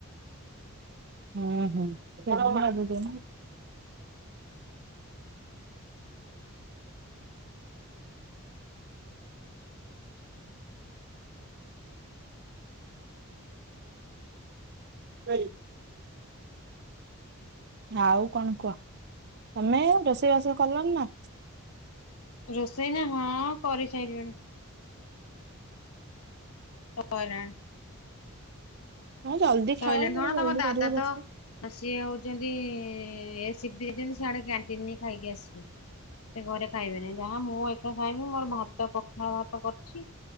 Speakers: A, on the right; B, on the left.
A: ହୁଁ ହୁଁ ସେ ବାଇ ଆଉ କଣ କୁହ ତମେ ରୋଷେଇବାସ କଲଣି ନା।
B: ରୋଷେଇ ନା ହଁ କରି ସାରିଲଣି। ସରଣ
A: ହଁ ଜଲ୍ଦି ଖାଅ
B: କହିଲ
A: ଆଉ
B: କଣ
A: ଜଲ୍ଦି
B: ତମ ଦାଦା
A: କରିବ ରୋଷେଇ
B: ତ ସିଏ ହଉଛି ଦେଇ ସେଆଡେ କ୍ୟାଣ୍ଟିନ ଖାଇକି ଆସିବେ ସେ ଘରେ ଖାଇବେନି ଯାହା ମୁଁ ଏକା ଖାଇବି ମୋର ଭାତ ପଖାଳ ଭାତ କରିଛି